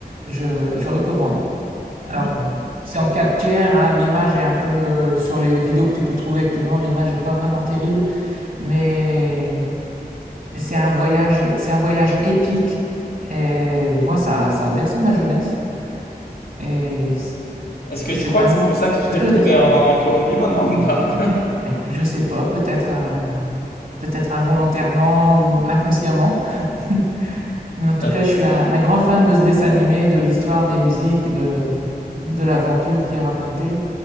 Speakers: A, on the right; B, on the left.
A: Je, je recommande. Alors,
B: Ok.
A: c'est en 4 tiers, hein, l'image est un peu, euh, sur les vidéos que tu peux trouver actuellement, l'image est pas vraiment terrible, mais mais c'est un voyage, c'est un voyage épique. Et moi, ça, ça a bercé ma jeunesse. Et
B: Est-ce que
A: c'est
B: tu crois
A: vraiment
B: que c'est pour ça que tu t'es
A: le
B: retrouvé
A: dessin animé.
B: en Colombie maintenant ou pas? <laughs>
A: Bah, écoute, je sais pas, peut-être, euh, peut-être involontairement ou inconsciemment. <laughs> Mais en tout
B: Ça-
A: cas, je suis un, un grand fan de ce dessin animé, de l'histoire, des musiques, de, de, de l'aventure qui est racontée.